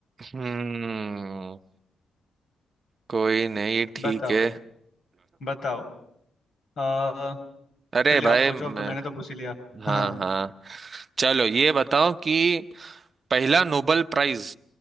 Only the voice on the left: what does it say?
बताओ
बताओ आ,
चलिए
आप पूछो
अब तो मैंने तो पूछ ही लिया
हाँ